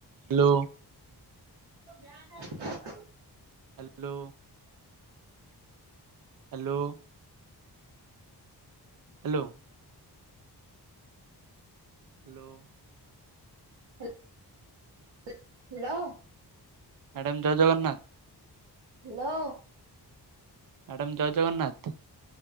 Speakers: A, on the right; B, on the right.
A: Hello.
B: <inaudible>
A: Hello. Hello. Hello. Hello
B: hello.
A: Madam ଜୟ Jagannath.
B: Hello.
A: Madam ଜୟ ଜଗନ୍ନାଥ।